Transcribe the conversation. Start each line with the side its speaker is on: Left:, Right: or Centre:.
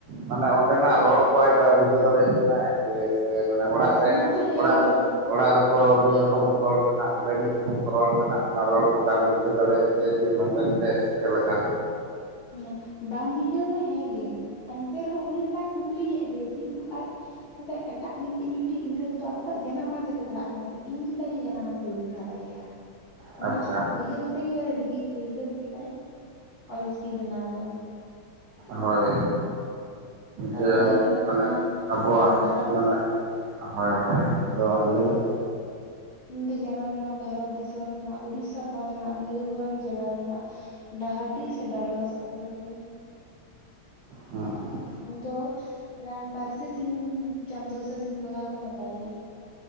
Right: ᱢᱟᱱᱮ ᱚᱸᱰᱮᱱᱟᱜ ᱨᱚᱲ ᱠᱚ ᱟᱡ ᱵᱟᱭ ᱵᱩᱡᱷᱟᱹᱣ ᱫᱟᱲᱮᱭᱟᱜ ᱠᱟᱱᱟ ᱡᱮ ᱥᱮ ᱢᱟᱱᱮ ᱚᱲᱟᱜ ᱨᱮ
Left: ᱚᱱᱟ ᱫᱚ ᱦᱮᱸᱜᱮ
Right: ᱚᱲᱟᱜ ᱨᱮ ᱚᱲᱟᱜ ᱨᱮᱠᱚ ᱢᱤᱫ ᱨᱚᱠᱚᱢ ᱠᱚ ᱨᱚᱲ ᱠᱟᱱᱟ ᱚᱸᱰᱮ ᱢᱤᱫ ᱨᱚᱠᱚᱢ ᱠᱚ ᱨᱚᱲ ᱠᱟᱱᱟ ᱚᱱᱟ ᱨᱚᱲ ᱠᱚ ᱵᱟᱝ ᱵᱩᱡᱷᱟᱹᱣ ᱫᱟᱲᱮᱭᱟᱜ <inaudible> ᱱᱚᱝᱠᱟᱱ ᱢᱮᱛᱟᱭᱟ ᱥᱮ ᱪᱮᱫ ᱞᱮᱠᱟ
Left: ᱦᱮᱸ ᱵᱟᱝ ᱵᱩᱡᱷᱟᱹᱣ ᱦᱮᱸᱜᱮ ᱮᱱᱛᱮ ᱨᱮᱦᱚᱸ ᱩᱱᱤ ᱢᱤᱫᱴᱟᱝ ᱠᱩᱠᱞᱤ ᱦᱮᱡ ᱟᱫᱮᱭᱟ ᱡᱮᱦᱮᱛᱩ ᱟᱡ ᱞᱟ‍ᱹᱭᱮᱫᱟ ᱮᱴᱟᱜ ᱤᱧ ᱡᱩᱴᱤ ᱜᱤᱫᱽᱨᱟᱹ ᱠᱚᱫᱚ ᱟᱠᱚᱣᱟᱜ ᱡᱟᱱᱟᱢ ᱟᱲᱟᱝ ᱛᱮᱠᱚ ᱯᱟᱲᱦᱟᱜ ᱠᱟᱱᱟ ᱤᱧ ᱪᱮᱫᱟᱜ ᱤᱧᱟᱹᱜ ᱡᱟᱱᱟᱢ ᱟᱲᱟᱝ ᱛᱮ ᱵᱟᱹᱧ ᱯᱟᱲᱦᱟᱣ ᱫᱟᱲᱮᱭᱟᱜᱼᱟ ᱚᱱᱟ
Right: ᱟᱪᱪᱷᱟ
Left: ᱩᱭᱦᱟᱹᱨ ᱠᱟᱛᱮ ᱜᱮ ᱨᱤᱠ ᱨᱤᱠᱟᱹᱲ ᱠᱮᱜᱼᱟᱭ ᱚᱞᱪᱤᱠᱤ ᱵᱮᱱᱟᱣ ᱫᱳ
Right: ᱦᱳᱭ ᱡᱮ
Left: ᱩᱱᱤ ᱫᱚᱭ ᱡᱟᱱᱟᱢ
Right: ᱢᱟᱱᱮ
Left: ᱞᱮᱱᱟ
Right: ᱟᱵᱚᱣᱟᱜ
Left: ᱵᱷᱟᱨᱚᱛ
Right: ᱢᱟᱱᱮ
Left: ᱫᱤᱥᱚᱢ
Right: ᱦᱳᱭ ᱦᱳᱭ ᱟᱫᱚ ᱞᱟᱹᱭ ᱢᱮ
Left: ᱩᱱᱤ ᱫᱚ ᱡᱟᱱᱟᱢ ᱞᱮᱱᱟ ᱵᱷᱟᱨᱚᱛ ᱫᱤᱥᱚᱢ ᱨᱮᱱᱟᱜ ᱩᱲᱤᱥᱥᱟ ᱯᱚᱱᱚᱛ ᱨᱮᱱᱟᱜ ᱢᱚᱭᱩᱨᱵᱷᱚᱸᱡᱽ ᱡᱮᱞᱟ ᱨᱮᱱᱟᱜ ᱰᱟᱦᱟᱨᱰᱤ ᱥᱮ ᱰᱟᱲᱵᱟᱥ ᱟᱛᱳ ᱨᱮ
Right: ᱦᱮᱸ ᱦᱮᱸ
Left: ᱩᱱᱤ ᱫᱚ ᱯᱟᱹᱨᱥᱤ ᱥᱤᱧ ᱪᱟᱸᱫᱳ ᱥᱮ ᱥᱤᱧ ᱵᱚᱸᱜᱟ ᱦᱚᱸᱠᱚ ᱢᱮᱛᱟᱭ ᱜᱮᱭᱟ᱾